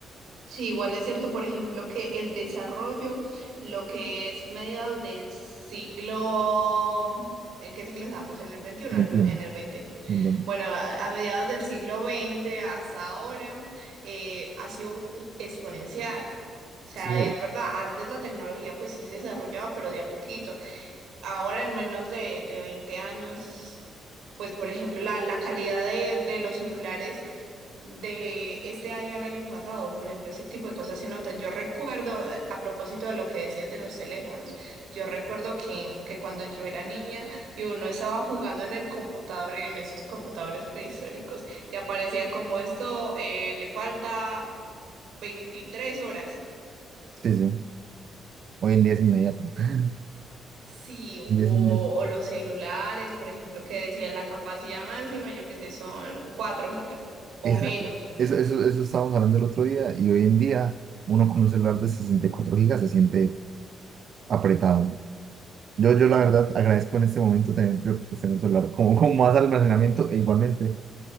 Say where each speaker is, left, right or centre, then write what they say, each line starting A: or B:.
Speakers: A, on the right; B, on the right.
A: Sí, igual es cierto, por ejemplo, que el desarrollo, lo que es mediados del siglo, ¿en qué siglo estamos? ¿En el veintiuno
B: 21,
A: el ve- en el veinte
B: 21.
A: Bueno, a, a mediados del siglo veinte hasta ahora eh, ha sido exponencial. O sea,
B: Sí,
A: es verdad, antes la tecnología pues sí se desarrollaba, pero de a poquito. Ahora en menos de, de 20 años, pues por ejemplo, la, la calidad de, de los celulares de este año al año pasado. Por ejemplo, ese tipo de cosas se notan. Yo recuerdo, eh, a propósito de lo que decías de los teléfonos, yo recuerdo que, que cuando yo era niña y uno estaba jugando en el computador, en esos computadores prehistóricos, y aparecía como esto, eh, le falta 23 horas.
B: sí, sí. Hoy en día es inmediato. Hoy
A: Sí, o,
B: en día es inmediato.
A: o los celulares, por ejemplo, que decían la capacidad máxima, yo qué sé, son 4 gigas o
B: Exacto.
A: menos.
B: Eso, eso, eso estábamos hablando el otro día y hoy en día uno con un celular de 64 gigas se siente apretado. Yo, yo la verdad agradezco en este momento tener, yo, pues, tengo un celular como con más almacenamiento e igualmente